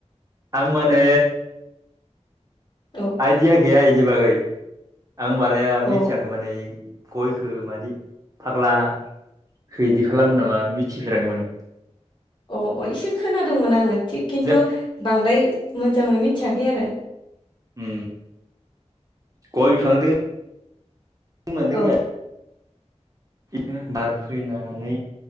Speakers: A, on the right; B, on the left.
A: आं माने
B: औ
A: आइदिया गैया इनि बागै आं माराया
B: औ
A: मिथियाखै माने गयखौ मादि फाग्ला खौ इदि खालामो नामा मिथिफेराखैमोन आं
B: ओ ओ एसे खोनादोंमोन आङो थि खिन्थु
A: जो
B: बांद्राय। मोजाङै मिथियाखै आरो
A: ओ गय बिफां जों मदिङा
B: औ
A: बिदिनो बार फैनानै